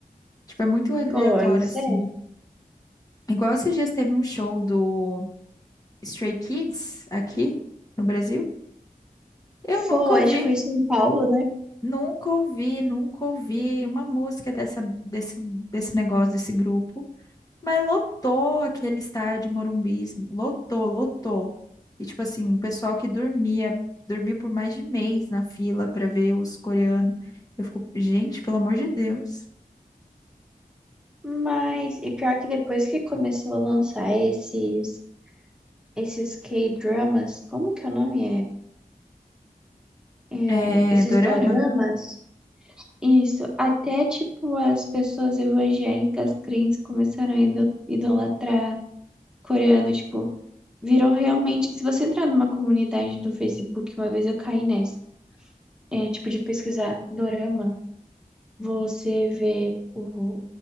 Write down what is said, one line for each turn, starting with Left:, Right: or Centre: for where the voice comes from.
Left: Tipo, é muito aleatório,
Centre: Pois
Left: assim.
Centre: é.
Left: Igual esses dias teve um show do Stray Kids aqui no Brasil. Eu nunca
Centre: Foi,
Left: ouvi,
Centre: acho que foi em São Paulo, né?
Left: nunca ouvi, nunca ouvi uma música dessa, desse, desse negócio, desse grupo. Mas lotou aquele estádio Morumbi, lotou, lotou. E tipo assim, um pessoal que dormia, dormiu por mais de mês na fila pra ver os coreanos. Eu fico, gente, pelo amor de Deus.
Centre: Mas, e pior que depois que começou a lançar esses, esses K-dramas, como que é o nome é?
Left: É,
Centre: É, esses
Left: Dorama?
Centre: doramas? Isso, até tipo as pessoas evangélicas crentes começaram a ido- idolatrar coreano, tipo, virou realmente. Se você entrar numa comunidade do Facebook, uma vez eu caí nessa, é, tipo, de pesquisar dorama. você vê o,